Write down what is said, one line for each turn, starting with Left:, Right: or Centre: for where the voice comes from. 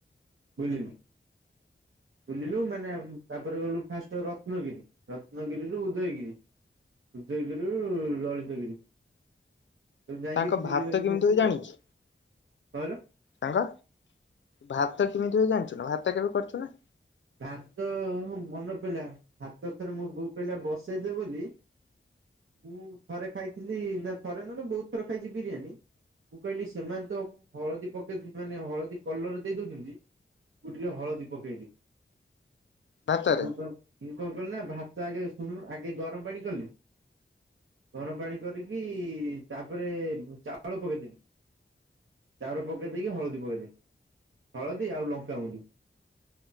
Right: ବୁଲିଲ ବୁଲିଲୁ
Left: ହୁଁ।
Right: ମାନେ ତାପରେ ଗଲୁ ଫାଷ୍ଟ ର ନୁହଁକି ରତ୍ନଗିରିରୁ ଉଦୟଗିରି ହୃଦୟଗିରୁ ଲଳିତଗିରି ତୁ ଯାଇଁକି
Left: ତାଙ୍କ
Right: ବୁଲି
Left: ଭାତ
Right: ବଲିକି
Left: କେମିତି
Right: ଆସିଲୁ
Left: ହୁଏ ଜାଣିଛୁ
Right: ଆଉ କଅଁ କହିଲା?
Left: ସାଙ୍ଗ ଭାତ କେମିତି ହୁଏ ଜାଣିଛୁ ନା ଭାତ କେବେ କରୁଛୁ ନା?
Right: ଭାତ ମନେ ପଡିଲା ଭାତ ଥରେ ମୁଁ ବୋଉ କହିଲ ବସେଇଦେବ ବୋଲି ମୁଁ ଥରେ ଖାଇଥିଲି ନା ଥରେ ନୁହଁ ବହୁତ ଥରେ ଖାଇଛି ବିରିୟାନୀ କୁ କହିଲି ସେମାନେ ତ ହଳଦୀ ପକେଇ ମାନେ ହଳଦୀ କଲରରେ ଦେଇ ଦଉଛନ୍ତି। ତୁ ଟିକେ ହଳଦୀ ପକେଇ ଦେ।
Left: ଭାତରେ
Right: ମୁଁ କଣ ମୁଁ କଣ କଲିି ନା ଭାତ ଆଗେ ଶୁଣୁ ଆଗେ ଗରମ ପାଣି କଲି ଗରମ ପାଣି କରିକି ତାପରେ ଚାଉଳ ପକେଇଦେବି ଚାଉର ପକାଇ ଦେଇକି ହଳଦୀ ପକାଇ ଦେଇି ହଳଦୀ ଆଉ ଲଙ୍କାଗୁଡ଼ି